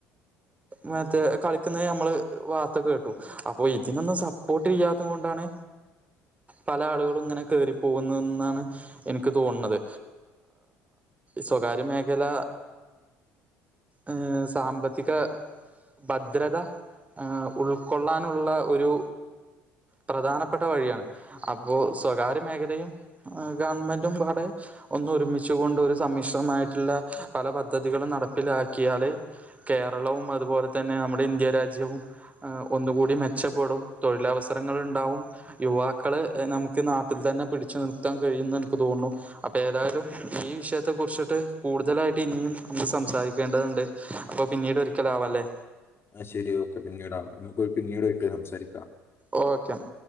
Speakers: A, on the right (about 20°); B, on the left (about 35°).
A: മറ്റോ കളിക്കുന്നത് നമ്മള് വാർത്ത കേട്ടു അപ്പോ ഇതിനൊന്നും സപ്പോർട്ട് ചെയ്യാത്ത കൊണ്ടാണ് പല ആളുകളും ഇങ്ങനെ കേറിപ്പോകുന്ന എന്നാണ് എനിക്ക് തോന്നുന്നത് സ്വകാര്യ മേഖല ഏ സാമ്പത്തിക ഭദ്രത ഉൾക്കൊള്ളാനുള്ള ഒരു പ്രധാനപ്പെട്ട വഴിയാണ് അപ്പോൾ സ്വകാര്യ മേഖലയും ഗവൺമെന്റുംഒന്ന്ഒരുമിച്ചുക കൊണ്ട് ഒരു സമ്മിശ്രമായിട്ടുള്ള പല പദ്ധതികളും നടപ്പിലാക്കിയാല് കേരളവും അതുപോലെ തന്നെ നമ്മുടെ ഇന്ത്യ രാജ്യവും ഒന്നുകൂടി മെച്ചപ്പെടും തൊഴിലാവസ്ഥ ചിത്രങ്ങൾ ഉണ്ടാവും യുവാക്കൾ നമുക്ക് എനിക്ക് നാട്ടിൽ തന്നെ പിടിച്ചു നിർത്താൻ കഴിയുംന്ന് എനിക്ക് തോന്നുന്നു അപ്പോൾ ഏതായാലും ഈ വിഷയത്തെ കുറിച്ചിട്ട് കൂടുതലായിട്ട് ഇനിയും നമുക്ക് സംസാരിക്കേണ്ടതുണ്ട് അപ്പൊ പിന്നീട് ഒരിക്കലും ആവാല്ലേ
B: ആശരി ഓക്കെ പിന്നീട് അവാംപിന്നീട് ഒക്കെ സംസാരിക്കാം
A: ഓക്കെ എന്ന